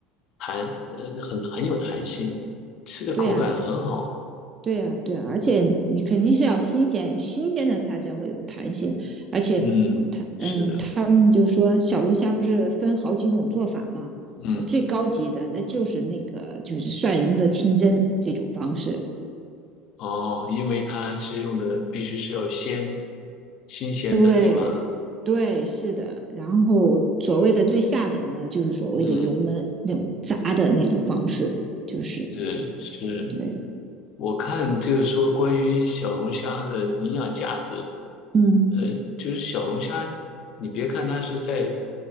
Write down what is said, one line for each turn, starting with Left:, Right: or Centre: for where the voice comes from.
Left: 弹，呃，很很有弹性，吃的口感很好。
Right: 对呀，对呀，对啊，而且你肯定是要新鲜，新鲜的它才会有弹性，而且它嗯，
Left: 嗯，是的，
Right: 他们就说小龙虾不是分好几种做法吗？
Left: 嗯，
Right: 最高级的那就是那个就是蒜蓉的清蒸这种方式，
Left: 哦，因为它是用的必须是要鲜，新鲜的，
Right: 对对，
Left: 对吧？
Right: 是的。然后所谓的最下等的，就是所谓的油焖那种炸的那种方式，
Left: 嗯，
Right: 就是
Left: 是是。
Right: 对，
Left: 我看就是说关于小龙虾的营养价值，
Right: 嗯，
Left: 呃，就是小龙虾，你别看它是在，